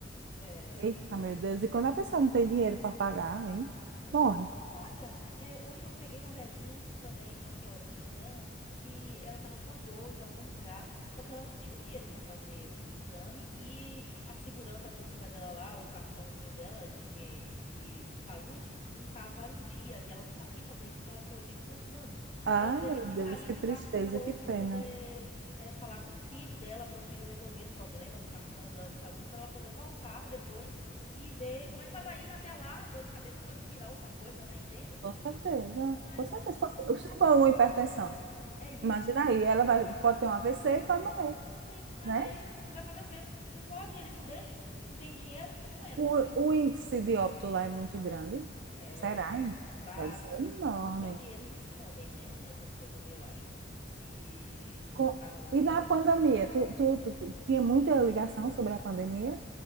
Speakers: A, on the left; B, on the right.
A: É.
B: Eita, meu Deus. E quando a pessoa não tem dinheiro para pagar, hein?
A: É,
B: Morre.
A: Não, não não paga. É, hoje eu peguei uma velhinha também, uma senhorinha, né? Que ela tava com a dor em algum lugar, só que ela não tinha o dinheiro pra fazer o exame e a segurança pública dela lá, o cartãozinho dela de, de, de saúde, não tava em dia e ela não sabia fazer isso porque ela tinha 80 e tantos anos.
B: Ai,
A: Aí ela teve
B: meu
A: que
B: Deus,
A: sair
B: que
A: de
B: tristeza,
A: lá com dor
B: que
A: pra
B: pena.
A: poder é, falar com o filho dela, para o filho resolver esse problema do cartão dela de saúde, pra ela poder voltar depois e ver como é. Mas aí, até lá, dor de cabeça pode virar outra coisa, né? Entende?
B: Com certeza.
A: Mas
B: Com
A: ela
B: certeza.
A: não
B: Se
A: pode.
B: for se for uma hipertensão,
A: É isso.
B: imagina aí, ela vai, pode ter um AVC e pode morrer,
A: Sim, mas
B: né?
A: aí vai fazer o quê? Não pode, eles não deixam, não tem dinheiro, não entra.
B: O, o índice de óbito lá é muito grande.
A: É,
B: Será, hein?
A: pra...
B: Deve ser enorme.
A: Só que eles escondem, né? Essas coisas, né? Eu acho. Se
B: Com-
A: o carro.
B: E
A: se
B: na
A: não-
B: pandemia, tu, tu, tu tinha muita ligação sobre a pandemia?